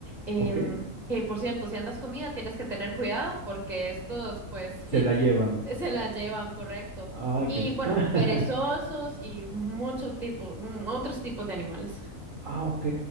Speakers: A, on the right; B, on the right.
A: em,
B: ¿Ok?
A: que por cierto, si andas comida, tienes que tener cuidado porque estos, pues,
B: Se
A: <laughs>
B: la llevan.
A: se la llevan, correcto.
B: Ay,
A: Y
B: qué...
A: bueno,
B: <laughs>
A: perezosos y mucho tipo, mm, otros tipos de animales.
B: Ah, ok.